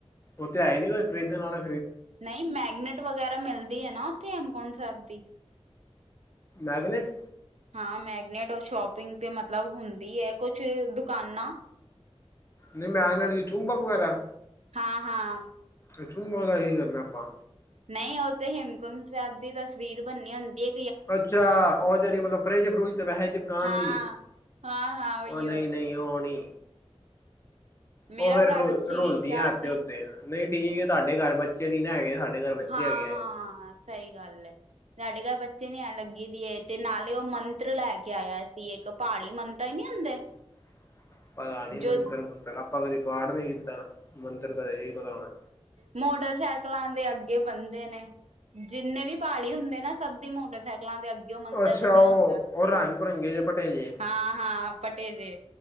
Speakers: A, on the left; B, on the right.
A: ਓਥੇ ਹੈਈ ਨੀ ਕੁਛ ਖਰੀਦਣ ਆਲਾ।
B: ਨ‌ਈ ਮੈਗਨੇਟ ਵਗੈਰਾ ਮਿਲਦੀ ਐ ਨਾ ਉੱਥੇ ਹੇਮਕੁੰਡ ਸੈਬ ਦੀ।
A: ਮੈਗਨੇਟ?
B: ਹਾਂ ਮੈਗਨੇਟ ਓ ਸ਼ੋਪਿੰਗ ਤੇ ਮਤਲਬ ਹੁੰਦੀ ਐ ਕੁਛ ਦੁਕਾਨਾਂ
A: ਨ‌ਈ ਮੈਗਨੇਟਿਕ ਕੀ ਚੁੰਬਕ ਵਗੈਰਾ?
B: ਹਾਂ-ਹਾਂ।
A: ਏ ਚੁਬਕ ਦਾ <unintelligible> ਕਰਨਾ ਆਪਾਂ।
B: ਨਹੀਂ ਉਹਥੇ ਹੇਮਕੁੰਮ ਸਾਹਿਬ ਦੀ ਤਸਵੀਰ ਬਣੀ ਹੁੰਦੀ ਏ।
A: ਅੱਛਾ, ਓ ਜੇੜੀ ਮਤਲਬ ਫਰੈਜ ਫਰੂਜ ਤੇ ਵੈਸੇ ਚਿਪਕਾਣ
B: ਹਾਂ
A: ਲਈ।
B: ਹਾਂ ਹਾਂ ਉਹੀਓ
A: ਓ ਨ‌ਈ-ਨ‌ਈ ਓ ਨੀ।
B: ਮੇਰਾ
A: ਓ ਫੇਰ
B: ਭਰਾ
A: ਰੁਲ
B: ਪਿੱਛੇ
A: ਰੁਲਦੀਆਂ
B: ਕੀ ਗਿਆ
A: ਐਥੇ
B: ਸੀ
A: ਓਥੇ, ਨ‌ਈ ਠੀਕ ਐ ਤੁਹਾਡੇ ਘਰ ਬੱਚੇ ਨੀ ਨਾ ਹੈਗੇ ਸਾਡੇ ਘਰ ਬੱਚੇ
B: ਹਾਂ-ਹਾਂ
A: ਹੈਗੇ ਹੈ
B: ਸਹੀ ਗੱਲ ਐ। ਸਾਡੇ ਘਰ ਬੱਚੇ ਨੀ ਆਣ ਲੱਗੀ ਦੀ ਤੇ ਨਾਲੇ ਓ ਮੰਤਰ ਲੈ ਕੇ ਆਇਆ ਸੀ ਇੱਕ ਪਾੜੀ ਮੰਦਰ ਨੀ ਹੁੰਦੇ।
A: <unintelligible> ਪਤਾ ਨੀ
B: ਜੋ
A: ਮੰਤਰ ਮੂਤਰ ਆਪਾਂ ਕਦੀ ਪਾਠ ਨੀ ਕੀਤਾ, ਮੰਤਰ ਦਾ ਫੇਰ ਹੀ ਪਤਾ ਹੋਣਾ।
B: ਮੋਟਰਸੈਕਲਾਂ ਦੇ ਅੱਗੇ ਬੰਨਦੇ ਨੇ। ਜਿੰਨੇ ਵੀ ਪਾੜੀ ਹੁੰਦੇ ਨਾ ਸਭ ਦੀ ਮੋਟਰਸੈਕਲਾ ਦੇ ਅੱਗੇ ਮੰਤਰ
A: ਅੱਛਾ
B: ਬੰਨਿਆ
A: ਉਹ
B: ਹੁੰਦਾ,
A: ਉਹ ਰੰਗ ਬਿਰੰਗੇ ਜੇ ਭਟੇਜੇ
B: ਹਾਂ-ਹਾਂ ਪਟੇ ਤੇ।